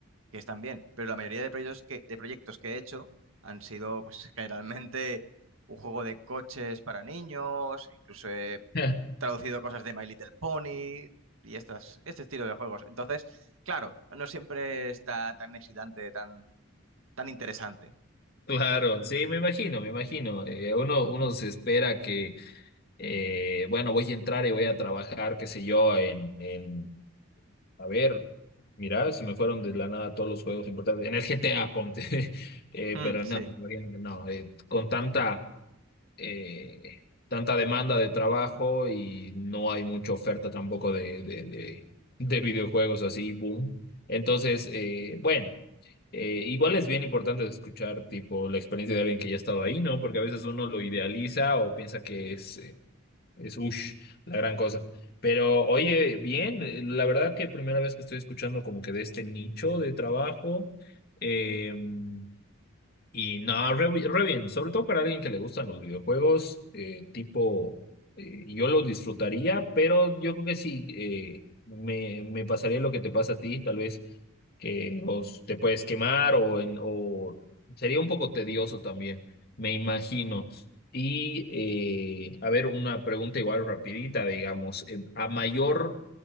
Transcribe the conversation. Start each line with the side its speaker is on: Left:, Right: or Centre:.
Right: que están bien, pero la mayoría de proyectos que, de proyectos que he hecho han sido pues <laughs> generalmente un juego de coches para niños, incluso he
Left: <laughs>
Right: traducido cosas de My Little Pony y estas, este estilo de juegos. Entonces, claro, no siempre está tan excitante, tan, tan interesante.
Left: Claro, sí, me imagino, me imagino. Eh, uno, uno se espera que, eh, bueno, voy a entrar y voy a trabajar, qué sé yo, en, en, a ver, mira, se me fueron de la nada todos los juegos importantes, en el GTA, ponte, <laughs> Eh,
Right: Mm,
Left: pero
Right: sí.
Left: no, me imagino que no, eh, con tanta, eh, tanta demanda de trabajo y no hay mucha oferta tampoco de, de, de, de videojuegos así, boom. Entonces, eh, bueno. Eh, igual es bien importante escuchar, tipo, la experiencia de alguien que ya ha estado ahí, ¿no? Porque a veces uno lo idealiza o piensa que es, eh, es ush, la gran cosa. Pero, oye, bien, eh, la verdad que primera vez que estoy escuchando como que de este nicho de trabajo. em, y nada, re, bi- re bien, sobre todo para alguien que le gustan los videojuegos, eh, tipo, eh, yo lo disfrutaría, pero yo creo que sí, eh, me, me pasaría lo que te pasa a ti, tal vez que os, te puedes quemar o, en, o sería un poco tedioso también, me imagino. Y eh, a ver, una pregunta igual rapidita, digamos, eh, a mayor